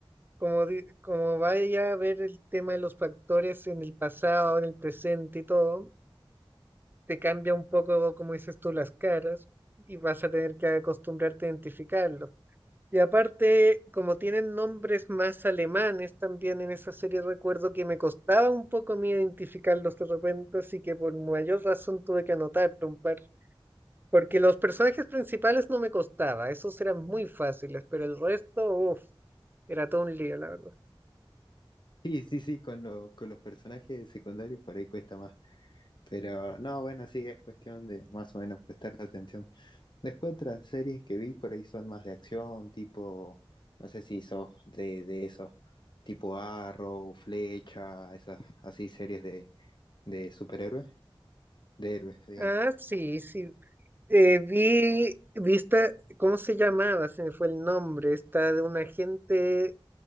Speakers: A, on the right; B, on the left.
A: como, di- como vaya a ver el tema de los factores en el pasado, en el presente y todo, te cambia un poco, como dices tú, las caras y vas a tener que acostumbrarte a identificarlos. Y aparte, como tienen nombres más alemanes también en esa serie, recuerdo que me costaba un poco a mí identificarlos de repente, así que por mayor razón tuve que anotar un par. Porque los personajes principales no me costaba, esos eran muy fáciles, pero el resto, uff. Era todo un lío, la verdad.
B: Sí, sí, sí, con los, con los personajes secundarios por ahí cuesta más. Pero no, bueno, sí, es cuestión de más o menos prestarle atención. Después otras series que vi por ahí son más de acción, tipo, no sé si sos de, de esos, tipo Arrow, Flecha, esas así series de, de superhéroes, de héroes, digamos.
A: Ah, sí, sí. Eh, vi, vi ¿cómo se llamaba? Se me fue el nombre. está de un agente